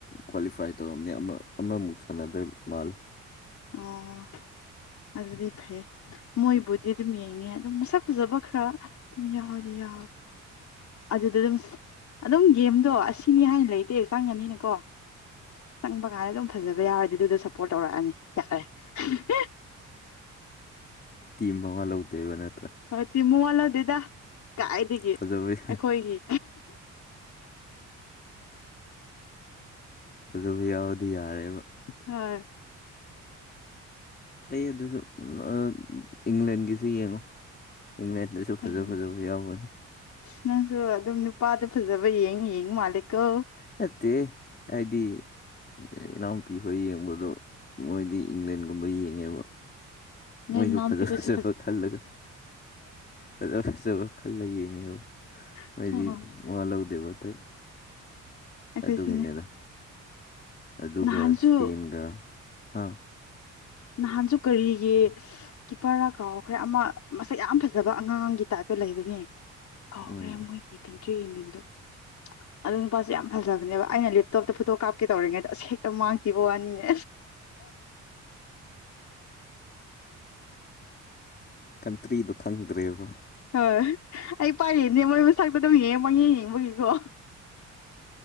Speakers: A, on the left; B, on the left.
A: ꯀ꯭ꯋꯥꯂꯤꯐꯥꯏ ꯇꯧꯔꯝꯅꯦ ꯑꯃ ꯑꯃꯃꯨꯛ ꯁꯥꯟꯅꯗꯣꯏ ꯃꯥꯂꯦ
B: ꯑꯣ ꯑꯗꯨꯗꯤ ꯐꯩꯌꯦ ꯃꯣꯏꯕꯨꯗꯤ ꯑꯗꯨꯝ ꯌꯦꯡꯉꯦ ꯑꯗꯨꯝ ꯃꯁꯛ ꯐꯖꯕ ꯈꯔ ꯑꯗꯨꯝ ꯌꯥꯎꯗꯤ ꯌꯥꯎꯋꯦ ꯑꯗꯨꯗ ꯑꯗꯨꯝ ꯑꯗꯨꯝ ꯒꯦꯝꯗꯣ ꯑꯁꯤꯅꯤ ꯍꯥꯏꯅ ꯂꯩꯇꯦ ꯆꯪꯉꯅꯤꯅꯀꯣ ꯆꯪꯕ ꯀꯥꯟꯗ ꯑꯗꯨꯝ ꯐꯖꯕ ꯌꯥꯎꯔꯗꯤ ꯑꯗꯨꯗ ꯁꯞꯄꯣꯔꯠ ꯇꯧꯔꯛꯑꯅꯤ ꯌꯥꯔꯦ
A: ꯇꯤꯝ ꯃꯋꯥ ꯂꯧꯗꯦꯕ ꯅꯠꯇ꯭ꯔꯥ
B: ꯍꯣꯏ ꯇꯤꯝ ꯃꯋꯥ ꯂꯧꯗꯦꯗ ꯀꯥꯏꯗꯒꯤ
A: ꯐꯖꯕ
B: ꯑꯩꯈꯣꯏꯒꯤ
A: ꯐꯖꯕ ꯌꯥꯎꯔꯗꯤ ꯌꯥꯔꯦꯕ
B: ꯍꯣꯏ
A: ꯐꯩ ꯑꯗꯨꯁꯨ ꯑ ꯏꯪꯂꯦꯟꯒꯤꯁꯨ ꯌꯦꯡꯉꯣ ꯏꯪꯂꯦꯟꯗꯁꯨ ꯁꯨ
B: ꯍꯌꯦꯡ
A: ꯐꯖ ꯐꯖꯕ ꯌꯥꯎꯕꯅꯤ
B: ꯅꯪꯁꯨ ꯑꯗꯨꯝ ꯅꯨꯄꯥꯗ ꯐꯖꯕ ꯌꯦꯡ ꯌꯦꯡꯕ ꯃꯥꯜꯂꯦ ꯀꯣ
A: ꯅꯠꯇꯦꯍꯦ ꯍꯥꯏꯗꯤ ꯏꯅꯥꯎ ꯅꯨꯄꯤ ꯍꯣꯏ ꯌꯦꯡꯕꯗꯣ ꯃꯣꯏꯗꯤ ꯏꯪꯂꯦꯟꯒꯨꯝꯕ ꯌꯦꯡꯉꯦꯕ
B: ꯅꯣꯏ
A: ꯃꯣꯏꯁꯨ
B: ꯏꯅꯥꯎꯅꯨꯄꯤꯈꯣꯏꯁꯨ
A: ꯐꯖ ꯐꯖꯕ ꯈꯜꯂꯒ ꯐꯖ ꯐꯖꯕ ꯈꯜꯂ ꯌꯦꯡꯉꯦꯕ ꯃꯣꯏꯗꯤ
B: ꯑꯣ
A: ꯃꯋꯥ ꯂꯧꯗꯦꯕ ꯑꯇꯩ
B: ꯑꯩꯈꯣꯏꯁꯨꯅꯦ
A: ꯑꯗꯨꯒꯤꯅꯦꯗ ꯑꯗꯨꯒ
B: ꯅꯍꯥꯟꯁꯨ
A: ꯁ꯭ꯄꯦꯟꯒ ꯍꯥ
B: ꯅꯍꯥꯟꯁꯨ ꯀꯔꯤꯒꯤ ꯀꯤꯄꯔꯔꯥ ꯀꯥꯎꯈ꯭ꯔꯦ ꯑꯃ ꯃꯁꯛ ꯌꯥꯝ ꯐꯖꯕ ꯑꯉꯥꯡꯒꯤ ꯇꯥꯏꯞꯇ ꯂꯩꯕꯅꯦ ꯀꯥꯎꯈ꯭ꯔꯦ
A: ꯎꯝ
B: ꯃꯣꯏꯒꯤ ꯀꯦꯝꯇ꯭ꯔꯤ ꯌꯦꯡꯕꯤꯟꯗꯣ ꯑꯗꯨ ꯅꯨꯄꯥꯁꯨ ꯌꯥꯝ ꯐꯖꯕꯅꯦꯕ ꯑꯩꯅ ꯂꯦꯞꯇꯣꯞꯇ ꯐꯣꯇꯣ ꯀꯥꯞꯀꯦ ꯇꯧꯔꯤꯉꯩꯗ ꯑꯁ ꯍꯦꯛꯇ ꯃꯥꯡꯈꯤꯕ ꯋꯥꯅꯤꯅꯦ
A: ꯀꯟꯇ꯭ꯔꯤꯗꯣ ꯈꯪꯗ꯭ꯔꯦꯕ
B: ꯍꯣꯏ ꯑꯩ ꯄꯥꯛ ꯌꯦꯡꯗꯦ ꯃꯣꯏ ꯃꯁꯛꯇꯣ ꯑꯗꯨꯝ ꯌꯦꯡꯉ ꯄꯪꯌꯦꯡ ꯌꯦꯡꯕꯒꯤꯀꯣ